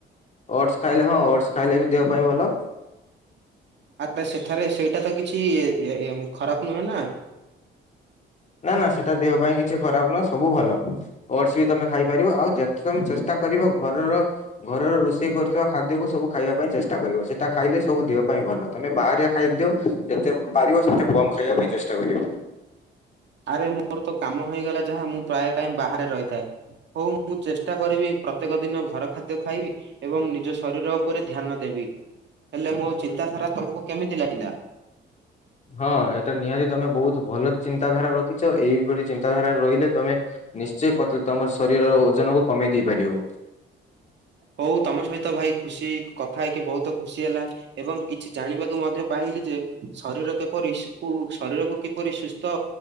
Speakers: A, on the left; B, on the right.
A: ଓଟ୍ସ ଖାଇଲେ ହଁ ଓଟ୍ସ ଖାଇଲେ ବି ଦେହ ପାଇଁ ଭଲ
B: ଆ <inaudible> ସେଠାରେ ସେଇଟା ତ କିଛି ଖରାପ ନୁହେଁ ନା।
A: ନା ନା ସେଟା ଦେହ ପାଇଁ କିଛି ଖରାପ ନୁହଁ ସବୁ ଭଲ। ଓଟସ ବି ତମେ ଖାଇପାରିବ ଆଉ ଯେତେ ତମେ ଚେଷ୍ଟା କରିବ ଘରର ଘରର ରୋଷେଇ କରୁଥିବା ଖାଦ୍ୟକୁ ସବୁ ଖାଇବା ପାଇଁ ଚେଷ୍ଟା କରିବ ସେଟା ଖାଇଲେ ସବୁ ଦେହ ପାଇଁ ଭଲ। ତମେ ବାହାରିଆ ଖାଦ୍ୟ ଯେତେ ପାରିବ ସେତେ କମ ଖାଇବା ପାଇଁ ଚେଷ୍ଟା କରିବ।
B: ଆରେ ମୋର ତ କାମ ହେଇଗଲା ଯାହା ମୁଁ ପ୍ରାୟ ଟାଇମ ବାହାରେ ରହିଥାଏ। ହଉ ମୁଁ ଚେଷ୍ଟା କରିବି ପ୍ରତ୍ୟେକ ଦିନ ଘର ଖାଦ୍ୟ ଖାଇବି ଏବଂ ନିଜ ଶରୀର ଉପରେ ଧ୍ୟାନ ଦେବି ହେଲେ ମୋ ଚିନ୍ତାଧାରା ତମକୁ କେମିତି ଲାଗିଲା?
A: ହଁ ଏଟା ନିହାତି ତମେ ବହୁତ ଭଲ ଚିନ୍ତାଧାରା ରଖିଛ ଏଇଭଳି ଚିନ୍ତାଧାରା ରହିଲେ ତମେ ନିଶ୍ଚୟ ତମ ଶରୀରର ଓଜନ କୁ କମେଇ ଦେଇ ପାରିବ।
B: ହଉ ତମ ସହିତ ଭାଇ ଖୁସି କଥା ହେଇକି ବହୁତ ଖୁସି ହେଲା ଏବଂ କିଛି ଜାଣିବାକୁ ମଧ୍ୟ ପାଇଲି ଯେ ଶରୀର କିପରି କୁ ଶରୀରକୁ କିପରି ସୁସ୍ଥ